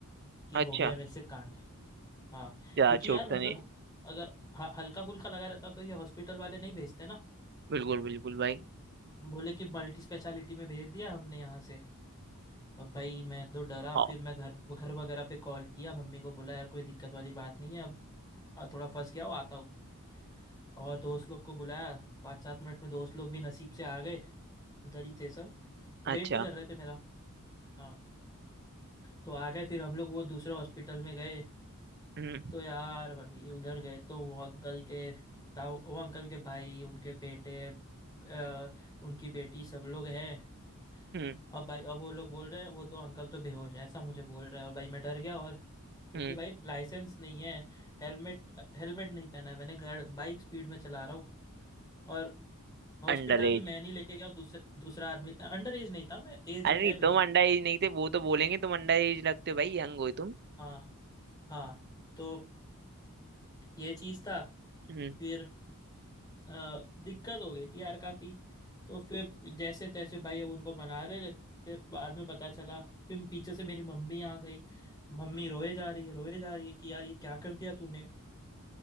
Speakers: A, on the left; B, on the right.
A: कि
B: अच्छा
A: हो गया मेरे से कांड हाँ
B: जा
A: क्योंकि
B: चोट
A: यार
B: तो
A: मतलब
B: नहीं
A: अगर ह- हल्का फुल्का लगा रहता तो ये हॉस्पिटल वाले नहीं भेजते ना
B: बिल्कुल बिल्कुल भाई
A: बोले कि मल्टी स्पेशलिटी में भेज दिया हमने यहाँ से अब भाई मैं तो डरा
B: औ-
A: फिर मैं घर घर वगैरह पे कॉल किया मम्मी को बोला यार कोई दिक्कत वाली बात नहीं है अब आ, थोड़ा फंस गया हूँ आता हूँ और दोस्त लोग को बुलाया पाँच सात मिनट में दोस्त लोग भी नसीब से आ गए उधर ही थे सब वेट
B: अच्छा
A: ही कर रहे थे मेरा हाँ तो आ गए फिर हम लोग वो दूसरे हॉस्पिटल में गए
B: हम्म
A: तो यार भाई उधर गए तो वो अंकल के ताऊ वो अंकल के भाई उनके बेटे अ, उनकी बेटी सब लोग हैं
B: हम्म
A: अब भाई अब वो लोग बोल रहे हैं वो तो अंकल तो बेहोश है ऐसा मुझे बोल रहे हैं और भाई मैं डर गया और क्योंकि
B: हम्म
A: भाई लाइसेंस नहीं है हेलमेट हेलमेट नहीं पहना है मैंने गाड़ बाइक स्पीड में चला रहा हूँ और हॉस्पिटल
B: अंडर
A: भी मैं नहीं लेके गया दूसरा दूसरा आदमी अंडर एज नहीं था मैं एज
B: अरे नहीं
A: है मेरी
B: तुम अंडर एज नहीं थे वो तो बोलेंगे तुम अंडर एज लगते हो भाई यंग हो तुम
A: हाँ हाँ तो ये चीज़ था
B: हम्म,
A: फिर अ, दिक्कत हो गई थी यार काफ़ी तो फिर जैसे तैसे भाई अब उनको मना रहे थे। फिर बाद में पता चला फिर पीछे से मेरी मम्मी आ गई मम्मी रोए जा रही है रोए जा रही है कि यार ये क्या कर दिया तूने